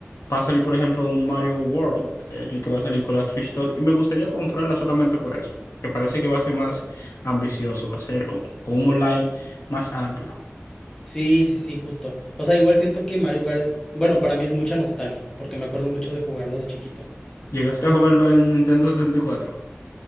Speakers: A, on the left (about 75°); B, on the left (about 15°).
A: va a salir, por ejemplo, un Mario World, que es el que va a salir con la Switch 2, y me gustaría comprarla solamente por eso, que parece que va a ser más ambicioso, va a ser un un online más amplio.
B: Sí, sí, sí, justo. O sea, igual siento que Mario Kart, bueno, para mí es mucha nostalgia, porque me acuerdo mucho de jugarlo de chiquito.
A: Llegaste a jugarlo en Nintendo 64.